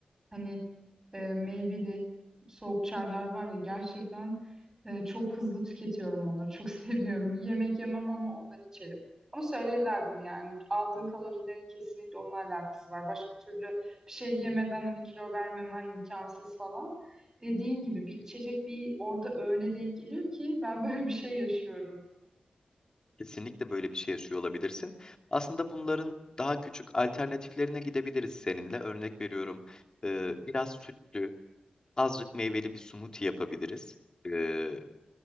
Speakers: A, on the right (about 20°); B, on the left (about 30°).
A: Hani e, meyveli soğuk çaylar var ya gerçekten e, çok hızlı tüketiyorum onları. Çok <laughs> seviyorum. Yemek yemem ama onları içerim. Ama söylediler bunu yani. Aldığın kalorilerin kesinlikle onunla alakası var. Başka türlü bir şey yemeden hani kilo vermemen imkansız falan. Dediğin gibi bir içecek bir orada öğüne denk geliyor ki ben <laughs> böyle bir şey yaşıyorum.
B: Kesinlikle böyle bir şey yaşıyor olabilirsin. Aslında bunların daha küçük alternatiflerine gidebiliriz seninle. Örnek veriyorum, e, biraz sütlü, azıcık meyveli bir smoothie yapabiliriz. E,